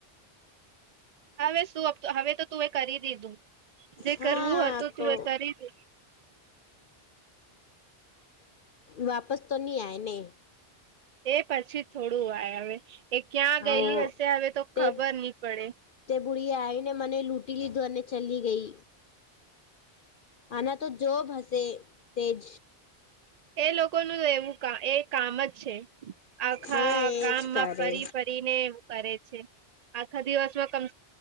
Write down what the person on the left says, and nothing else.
હા
તો
વાપસ તો નહી આવેને
હ
તે
તે બુઢી આઈને મને લૂંટી લીધીને ચલી ગઈ આના તો જો ભહસે તેજ
હા એજ
કરે